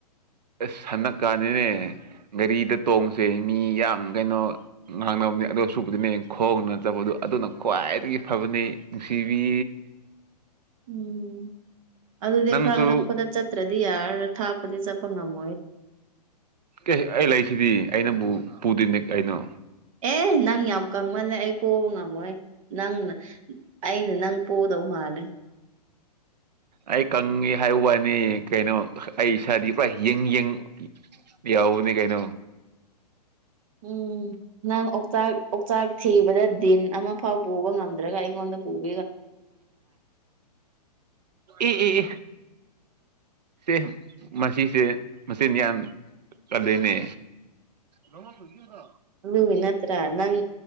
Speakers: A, on the right; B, on the right.
A: ꯑꯁ ꯍꯟꯗꯛꯀꯥꯟꯅꯤꯅꯦ ꯒꯥꯔꯤꯗ ꯇꯣꯡꯁꯦ ꯃꯤ ꯌꯥꯝ ꯀꯩꯅꯣ ꯉꯥꯡꯅꯕ ꯑꯗꯨ ꯁꯨꯕꯗꯤꯅꯦ ꯈꯣꯡꯅꯅ ꯆꯠꯄꯗꯣ ꯑꯗꯨꯅ ꯈ꯭ꯋꯥꯏꯗꯒꯤ ꯐꯕꯅꯤ ꯅꯨꯡꯁꯤꯕꯤ
B: ꯎꯝ ꯑꯗꯨꯗꯤ
A: ꯅꯪꯁꯨ
B: ꯈꯔ ꯅꯛꯄꯗ ꯆꯠꯇ꯭ꯔꯗꯤ ꯌꯥꯔꯔ ꯊꯥꯛꯄꯗꯤ ꯆꯠꯄ ꯉꯝꯃ
A: ꯀ ꯑꯩ ꯂꯩꯁꯤꯗꯤ ꯑꯩꯅꯕꯨ ꯄꯨꯗꯣꯏꯅꯦ ꯀꯩꯅꯣ
B: ꯑꯦ ꯅꯪ ꯌꯥꯝ ꯀꯪꯃꯜꯂꯦ ꯑꯩ ꯄꯣꯕ ꯉꯝꯃꯣꯏ ꯅꯪꯅ ꯑꯩꯅ ꯅꯪ ꯄꯗꯧ ꯃꯥꯜꯂꯦ
A: ꯑꯩ ꯀꯪꯉꯦ ꯍꯥꯏ ꯋꯥꯅꯤ ꯀꯩꯅꯣ ꯑꯩ ꯏꯁꯥꯗꯤ ꯄꯨꯔꯥ ꯌꯦꯡ ꯌꯦꯡ ꯏ ꯌꯥꯨ ꯅ ꯀꯥꯏꯅ
B: ꯎꯝ ꯅꯪ ꯑꯣꯛꯆꯥꯛ ꯑꯣꯛꯆꯥꯛ ꯊꯤꯕꯗ ꯗꯤꯟ ꯑꯃ ꯐꯥꯎ ꯄꯨꯕ ꯉꯝꯗ꯭ꯔꯒ ꯑꯩꯉꯣꯟꯗ ꯄꯨꯕ
A: ꯑꯦ ꯑꯦ ꯑꯦ ꯃꯁꯤꯁ ꯃꯁꯤ ꯌꯥꯌꯥꯟꯗꯅꯦ ꯅꯃ ꯊꯒꯗ
B: ꯑꯗꯨꯒꯤ ꯅꯠꯇ꯭ꯔꯥ ꯅꯪ